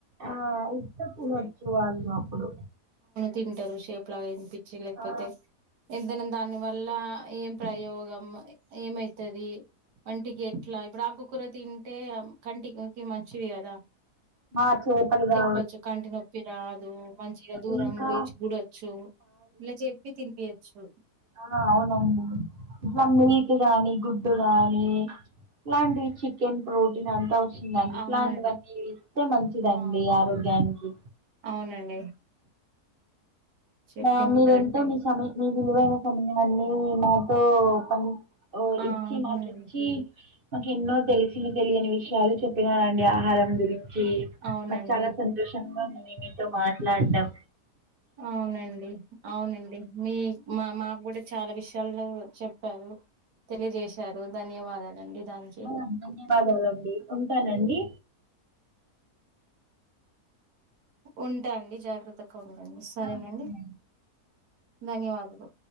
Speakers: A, on the right; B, on the right.
A: ఆ ఇస్
B: పో
A: వాళ్ళు అప్పుడు
B: తింటారు షేప్ లాగా వినిపిచ్చి. లేకపోతే,
A: ఆ
B: ఎంతైనా దానివల్ల ఏం ప్రయోగం, ఏమైతది? వంటికి ఎట్లా ఇప్పుడు ఆకుకూర తింటే, కంటికి మంచివి కదా!
A: ఆ చేపల్గా
B: కొంచెం కంటి నొప్పి రాదు. మంచిగా దూరం
A: ఇంకా
B: వి చూడొచ్చు ఇలా చెప్పి తినిపి అచ్చు.
A: అవును. అవునండి. ఇట్లా మీట్ గాని, గుడ్డు గాని, ఇలాంటి చికెన్, ప్రోటీన్ అంతా వచ్చిందని ఇట్లాంటివన్నీ,
B: అవునండి
A: తింటే మంచిదండి
B: ఆ
A: ఆరోగ్యానికి.
B: అవునండి చెప్పింది
A: మా మీరెంతో,
B: కరెక్టే
A: మీ సమయ మీ విలువైన సమయాన్ని, మాతో పని
B: ఆ
A: ఇచ్చి,
B: అవునండి
A: మా కిచ్చి మాకు ఎన్నో తెలిసిన, తెలియని విషయాలు చెప్పినారండి. ఆహారం గురి రించి
B: అవునండి
A: నాకు చాలా సంతోషంగా ఉంది మీతో మాట్లాడం.
B: అవునండి. అవునండి. మీ మా మాకు కూడ చాలా విషయ యాలు చెప్పారు. తెలియజేశారు. ధన్యవాదాలండి. దానికి
A: ఆ ధన్యవాదాలండి. ఉంటానండి.
B: ఉంటా అండి. జాగ్రత్తగా ఉండండి. సరేనండి.
A: ఆ సరే
B: ధన్యవాగుదు.